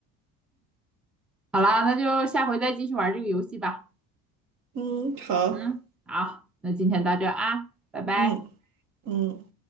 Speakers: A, in the centre; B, on the right (about 65°).
A: 好啦，那就下回再继续玩这个游戏吧。
B: 嗯，好，
A: 嗯，好，那今天到这啊，拜拜。
B: 嗯嗯。